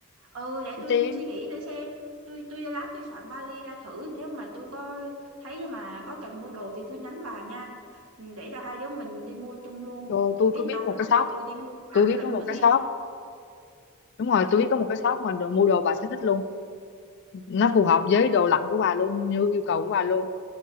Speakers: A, on the right (about 80°); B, on the left (about 55°).
A: ừ để tôi
B: Tim
A: suy nghĩ thử xem tôi tôi lát tôi soạn vali ra thử nếu mà tôi có thấy mà có cần mua đồ thì tôi nhắn bà nha Ừ, để cho hai đứa mình đi mua chung luôn
B: rồi tôi
A: biết
B: có
A: đâu
B: biết một
A: lúc
B: cái shop
A: mà tôi đi mua bà
B: tôi
A: cũng
B: biết
A: cần
B: có một
A: mua thêm
B: cái shop đúng rồi tôi biết có một cái shop mà đồ, mua đồ bà sẽ thích luôn nó phù hợp với đồ lạnh của bà luôn như yêu cầu của bà luôn